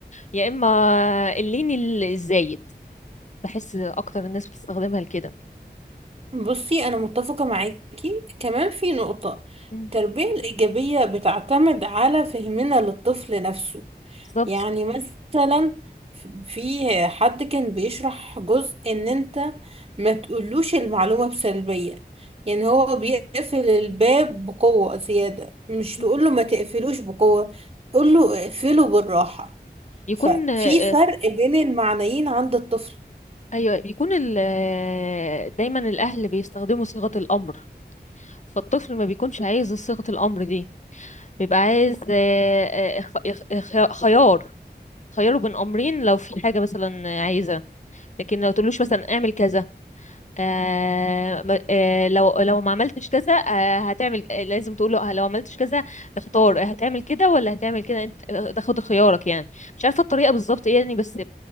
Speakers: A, on the left; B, on the right.
A: يا اما اللين ال- الزايد بحس اكتر الناس بتستخدمها لكده
B: بصي أنا متفقة معاكي كمان في نقطة
A: مم.
B: التربية الإيجابية بتعتمد على فهمنا للطفل نفسه
A: بالظبط
B: يعني مثلا في حد كان بيشرح جزء ان انت ما تقولوش المعلومة بسلبية يعني هو بيقفل الباب بقوة زيادة مش
A: مم.
B: تقوله ما تقفلوش بقوة تقوله اقفله بالراحة
A: يكون
B: ففي
A: آه،
B: فرق بين المعنيين عند الطفل
A: ايوه بيكون ال- آه، دايما الاهل بيستخدموا صيغة الامر فالطفل ما بيكونش عايز صيغة الامر دي بيبقى عايز آه، آه، اخ- اخ- اخ- خيار خياره بين امرين لو في حاجه مثلا عايزه لكن لو تقولوش مثلا اعمل كذا آه ما- آه لو لو ما عملتش كذا آه هتعمل آه، لازم تقوله آه، لو عملتش كذا اختار آه، هتعمل كده ولا هتعمل كده انت آه، تاخد خيارك يعني مش عارفه الطريقه بالظبط ايه يعني بس